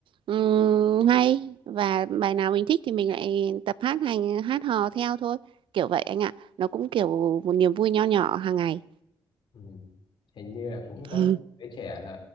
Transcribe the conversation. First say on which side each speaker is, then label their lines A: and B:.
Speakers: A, on the right (about 65°); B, on the left (about 65°).
A: ừm, hay và bài nào mình thích thì mình lại tập hát hành hát hò theo thôi kiểu vậy anh ạ nó cũng kiểu một niềm vui nho nhỏ hàng ngày
B: ừ. hình như là cũng
A: <laughs>
B: có đứa trẻ là